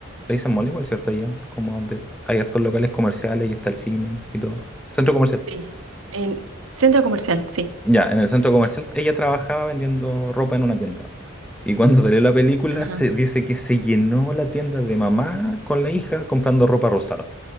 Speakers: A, in the centre; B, on the right (about 70°).
A: Le dicen mall igual, ¿cierto? Allá, como donde hay hartos locales comerciales y está el cine y todo. Centro comercial.
B: Sí. En centro comercial, sí.
A: Ya, en el centro comercial ella trabajaba vendiendo ropa en una tienda. Y cuando salió la película,
B: Ajá.
A: se dice que se llenó la tienda de mamá con la hija comprando ropa rosada.